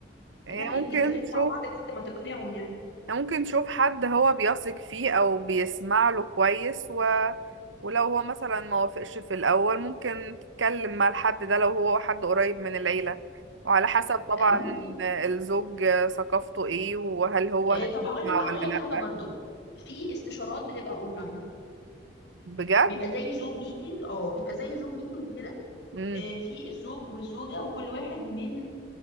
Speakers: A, on the right; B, on the left.
A: هي
B: لا يت-
A: ممكن
B: يتكلموا
A: تشوف
B: مع بعض لحد ما تقنعوا يعني
A: ممكن نشوف حد هو بيثق فيه او بيسمع له كويس و... ولو هو مثلا ما وافقش في الاول ممكن تتكلم مع الحد ده لو هو حد قريب من العيلة وعلى حسب طبعا
B: آه ممكن
A: الزوج ثقافته ايه وهل هو
B: آه
A: هيسمع
B: طب هقول هقول
A: ولا
B: لك
A: لا
B: حاجه برضو في استشارات بتبقى اونلاين
A: بجد
B: بيبقى زي زوم ميتنج اه بيبقى زي زوم ميتنج كده
A: امم
B: آه في الزوج والزوجه وكل واحد من آه